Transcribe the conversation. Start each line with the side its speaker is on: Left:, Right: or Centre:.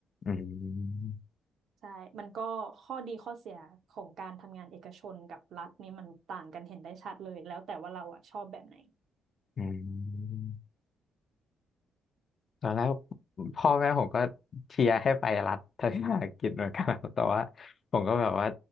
Left: อืม
Right: ใช่มันก็ข้อดีข้อเสียของการทำงานเอกชนกับรัฐนี่มันต่างกันเห็นได้ชัดเลยแล้วแต่ว่าเราอะชอบแบบไหน
Left: อืม ตอนแรกพ่อแม่ผมก็เชียร์ให้ไปรัฐทัศนศึกิจเหมือนกัน <laughs> ครับแต่ว่าผมก็แบบว่า